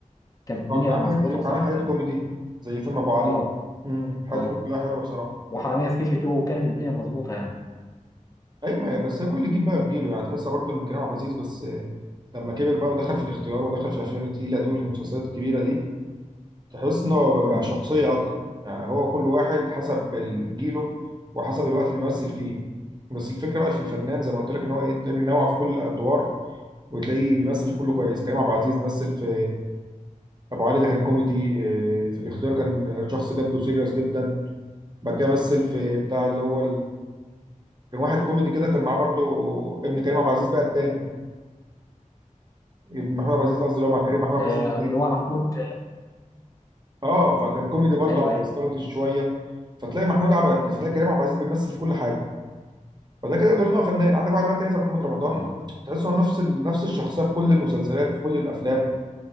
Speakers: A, on the left; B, on the right.
A: كانت الدنيا
B: كان عامل
A: مظبوطه
B: حاجات كتير وكان
A: بصراحه
B: عامل حاجات
A: في ال-
B: كوميدي زي فيلم ابو علي
A: اه
B: امم الحاجات
A: اه
B: دي كانت كلها حلوه بصراحه
A: وحراميه في كي جي 2 كانت الدنيا مظبوطه يعني
B: ايوه ما- بس هي كل جيل بقى في جيله يعني تحس برضه ان كريم عبد العزيز بس آه، لما كبر بقى ودخل في الاختيار ودخل في الافلام التقيله دي والمسلسلات الكبيره دي تحس ان هو
A: امم
B: بقى شخصيه اكتر يعني هو كل واحد حسب ال- جيله وحسب الوقت اللي بيمثل فيه بس الفكره بقى في الفنان زي ما قلت لك ان هو ايه تلاقيه بينوع في كل الادوار وتلاقيه بيمثل في كله كويس كريم عبد العزيز مثل في ابو علي ده كان كوميدي آه، في الاختيار كان شخص جد وسيريس جدا بعد كده مثل في بتاع اللي هو كان واحد كوميدي كده كان معاه برضو ابن كريم عبد العزيز بقى التاني ابن محمود عبد العزيز قصدي اللي هو مع كريم محمود عبد
A: آه،
B: العزيز التاني
A: اللي هو محمود
B: اه فكان كوميدي برضو
A: ايوه
B: على
A: ايوه
B: استراتيجي شويه فتلاقي محمود عبد فتلاقي كريم عبد العزيز بيمثل في كل حاجه فده كده يدل ان هو فنان عندك واحد بقى تاني زي محمد رمضان
A: اه
B: تحس انه نفس ال... نفس الشخصيه في كل المسلسلات في كل الافلام